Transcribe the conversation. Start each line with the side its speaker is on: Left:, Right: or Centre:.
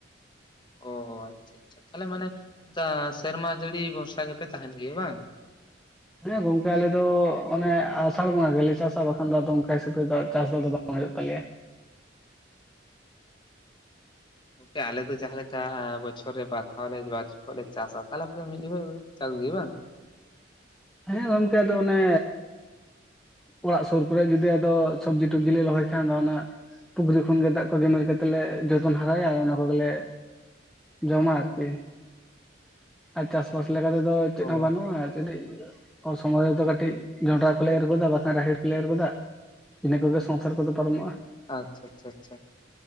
Left: ᱚ ᱟᱪᱪᱷᱟ ᱟᱪᱪᱷᱟ, ᱛᱟᱦᱚᱞᱮ ᱢᱟᱱᱮ ᱥᱮᱨᱢᱟ ᱡᱟᱹᱲᱤ ᱵᱷᱚᱨᱥᱟ ᱜᱮᱯᱮ ᱛᱟᱦᱮᱱ ᱜᱮᱭᱟ ᱵᱟᱝ?
Centre: ᱦᱮᱸ ᱜᱚᱝᱠᱮ ᱟᱞᱮ ᱫᱚ ᱚᱱᱮ ᱟᱥᱟᱲ ᱵᱚᱸᱜᱟ ᱜᱮᱞᱮ ᱪᱟᱥᱟ ᱵᱟᱠᱷᱟᱱ ᱫᱚ ᱟᱫᱚ ᱚᱱᱠᱟ ᱦᱤᱥᱟᱹᱵᱽ ᱛᱮᱫᱚ ᱪᱟᱥ ᱫᱚ ᱟᱫᱚ ᱵᱟᱝ ᱦᱩᱭᱩᱜ ᱛᱟᱞᱮᱭᱟ ᱾
Left: ᱜᱚᱝᱠᱮ ᱟᱞᱮ ᱫᱚ ᱡᱟᱦᱟᱸ ᱞᱮᱠᱟ ᱵᱚᱪᱷᱚᱨ ᱨᱮ ᱵᱟᱨ ᱫᱷᱟᱣ ᱞᱮ ᱵᱟᱨ ᱡᱚᱠᱷᱚᱡ ᱞᱮ ᱪᱟᱥᱟ, ᱛᱟᱦᱚᱞᱮ ᱟᱯᱮ ᱫᱚ ᱢᱤᱫ ᱡᱚᱠᱷᱮᱡ ᱜᱮᱯᱮ ᱪᱟᱥ ᱜᱮᱭᱟ ᱵᱟᱝ?
Centre: ᱦᱮᱸ ᱜᱚᱝᱠᱮ ᱟᱫᱚ ᱚᱱᱮ ᱚᱲᱟᱜ ᱥᱩᱨ ᱠᱚᱨᱮ ᱡᱚᱫᱤ ᱟᱫᱚ ᱥᱚᱵᱽᱡᱤ ᱴᱚᱵᱡᱤ ᱞᱮ ᱨᱚᱦᱚᱭ ᱠᱷᱟᱱ ᱫᱚ ᱚᱱᱟ ᱯᱩᱠᱷᱨᱤ ᱠᱷᱚᱱ ᱜᱮ ᱫᱟᱜ ᱠᱚ ᱜᱮᱢᱮᱨ ᱠᱟᱛᱮᱫ ᱞᱮ ᱡᱚᱛᱚᱱ ᱦᱟᱨᱟᱭᱟ ᱟᱨ ᱚᱱᱟ ᱠᱚᱜᱮᱞᱮ ᱡᱚᱢᱟ ᱟᱨᱠᱤ, ᱟᱨ ᱪᱟᱥᱵᱟᱥ ᱞᱮᱠᱟ ᱛᱮᱫᱚ ᱪᱮᱫ
Left: ᱚ
Centre: ᱦᱚᱸ ᱵᱟᱹᱱᱩᱜᱼᱟ ᱠᱟᱹᱴᱤᱡ ᱚᱥᱚᱢᱚᱭ ᱨᱮ ᱫᱚ ᱠᱟᱹᱴᱤᱡ ᱡᱚᱸᱰᱨᱟ ᱠᱚᱞᱮ ᱮᱨ ᱜᱚᱫᱟ ᱵᱟᱠᱷᱟᱱ ᱨᱟᱦᱮᱲ ᱠᱚᱞᱮ ᱮᱨ ᱜᱚᱫᱟ ᱾ ᱤᱱᱟᱹ ᱠᱚᱜᱮ ᱥᱚᱝᱥᱟᱨ ᱠᱚᱫᱚ ᱯᱟᱨᱚᱢᱚᱜᱼᱟ ᱾
Left: ᱟᱪᱪᱷᱟ ᱟᱪᱪᱷᱟ ᱟᱪᱪᱷᱟ ᱾